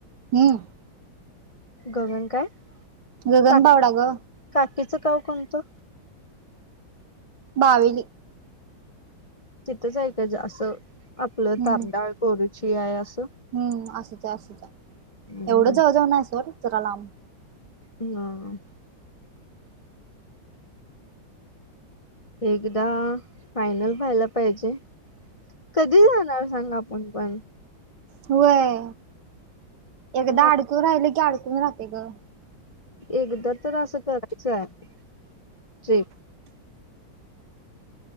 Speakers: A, on the right; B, on the left.
A: हम्म
B: गगन काय?
A: गगनबावडा
B: काकी
A: ग.
B: काकीचं गाव कोणतं?
A: बावीली.
B: तिथंच आहे त्याच्या असं आपलं
A: हम्म
B: तारडाळ, गरुची आहे असं.
A: हम्म असंच आहे असंच आहे
B: हम्म,
A: एवढं जावळजऊ ना सर जरा लांब.
B: हां. एकदा फायनल व्हायला पाहिजे. कधी जाणार सांग आपण पण.
A: होय एकदा
B: मग
A: अडकून राहिल की अडकून राहते ग.
B: एकदा तर असं करायचं आहे श